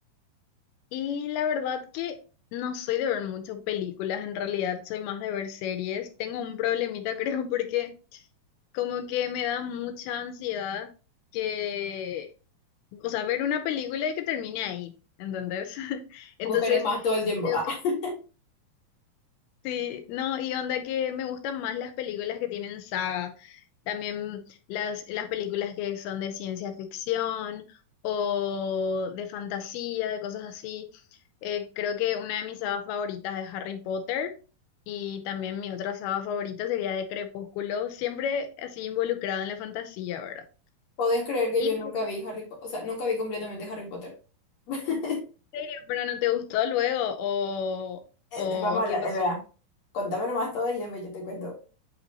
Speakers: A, on the left; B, on the left.
A: Y la verdad que no soy de ver mucho películas, en realidad soy más de ver series. Tengo un problemita, <laughs> creo, porque como que me da mucha ansiedad que, o sea, ver una película y que termine ahí, ¿entendés? <laughs> Entonces,
B: Vos querés más todo el tiempo.
A: creo
B: Ah,
A: que
B: <laughs>
A: Sí, no, y onda que me gustan más las películas que tienen saga, también las, las películas que son de ciencia ficción o de fantasía, de cosas así. Eh, creo que una de mis sagas favoritas es Harry Potter y también mi otra saga favorita sería de Crepúsculo, siempre así involucrado en la fantasía, ¿verdad?
B: podés creer que
A: ¿Y
B: yo nunca
A: tú,
B: vi Harry Potter, o sea, nunca vi completamente Harry Potter. <laughs>
A: en serio, pero no te gustó luego o,
B: Eh,
A: o
B: de- Vamos a hablar,
A: qué pasó?
B: es verdad. Contame nomás todo y después yo te cuento.